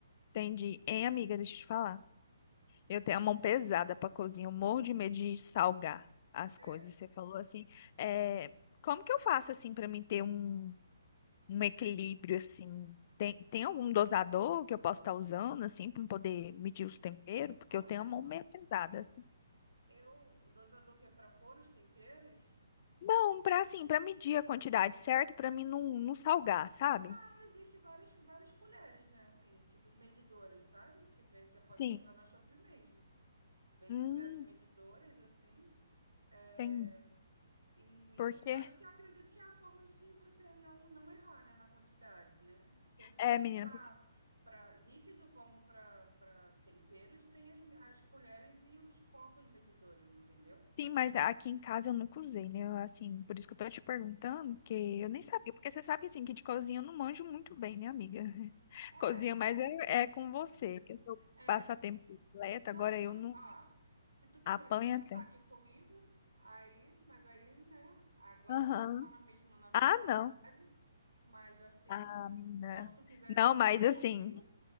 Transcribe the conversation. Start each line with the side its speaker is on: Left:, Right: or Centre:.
Left: Entendi. Hein, amiga, deixa eu te falar. Eu tenho a mão pesada pra cozinhar. Eu morro de medo de salgar as
Right: É.
Left: coisas. Você falou assim, é... como que eu faço assim pra mim ter um. um equilíbrio assim. Tem, tem algum dosador que eu posso estar usando assim para poder medir os temperos, porque
Right: Olha,
Left: eu tenho a
Right: amiga.
Left: mão meio pesada assim.
Right: Eu, dosador que é para pôr os temperos?
Left: Não, para assim, para medir a quantidade certa, para mim não, não salgar, sabe?
Right: Ah, existe várias, várias colheres, né? Assim, tipo de medidores, sabe? Que vê- você pode
Left: Sim.
Right: comprar na Shopee mesmo. Vende
Left: Hum,
Right: colheres medidoras, assim. É,
Left: tem.
Right: E
Left: Porque
Right: acho que eu acredito que é a forma de você não, não errar, né? Na quantidade, né? Tem- tanto
Left: é, menina,
Right: para para líquido como para para temperos, tem as, as colheres e os copos medidores, entendeu?
Left: sim, mas aqui em casa eu nunca usei, né? Eu, assim, por isso que eu tô te perguntando, porque
Right: Uhum.
Left: eu nem sabia, porque você sabe assim que de cozinha eu não manjo muito bem, né, amiga? <laughs>
Right: É.
Left: Cozinha, mas é, é com você, que eu sou
Right: É,
Left: passatempo completo,
Right: Mas
Left: agora
Right: se você,
Left: eu não
Right: ó, se tu quiser
Left: apanho
Right: vir jantar
Left: até.
Right: aqui comigo, aí, mas aí, né, agora
Left: Aham.
Right: a gente tá na mesma, na mesma
Left: Ah,
Right: cidade,
Left: não.
Right: mas assim,
Left: Ah, menina.
Right: quando tu quiser
Left: Não,
Right: vir jantar
Left: mas assim.
Right: comigo,